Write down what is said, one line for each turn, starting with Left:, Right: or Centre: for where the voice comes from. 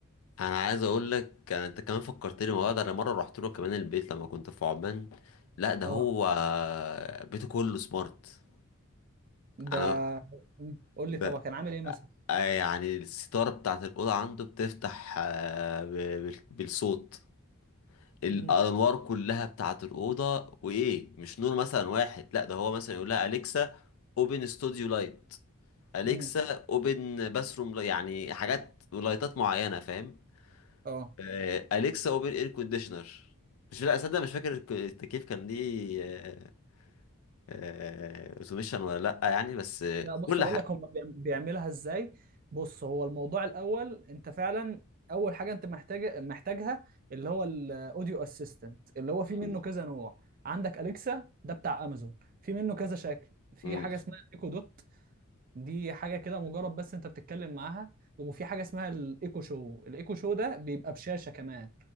Left: انا عايز اقول لك انت كمان فكرتني والله ده انا مره رحت له كمان البيت لما كنت في عمان لا ده هو
Right: اه
Left: بيته كله سمارت
Right: ده
Left: انا
Right: مم. قول
Left: ب...
Right: لي طبعا كان عامل ايه مثلا
Left: آه يعني الستاره بتاعت الاوضه عنده بتفتح آه، ب- بال- بالصوت الانوار
Right: امم
Left: كلها بتاعت الاوضه وايه مش نور مثلا واحد لا ده هو مثلا يقول لها اليكسا اوبن ستوديو لايت اليكسا
Right: امم
Left: اوبن باثروم يعني حاجات ولايتات معينه فاهم
Right: اه
Left: آه، اليكسا اوبن اير كونديشنر مش لا اصدق مش فاكر الك- التكييف كان ليه آه، آه، اوتوميشن ولا لا يعني بس آه،
Right: لا بص
Left: كل
Right: اقول
Left: حاجه
Right: لك هم بيعملها ازاي بص هو الموضوع الاول انت فعلا اول حاجه انت محتاج محتاجها اللي هو الاوديو اسيستنت اللي هو في
Left: مم.
Right: منه كذا نوع عندك اليكسا ده بتاع امازون في منه كذا شكل في
Left: مم.
Right: حاجه اسمها ايكو دوت دي حاجه كده مجرد بس انت بتتكلم معاها وفي حاجه اسمها الايكو شو الايكو شو ده بيبقى بشاشه كمان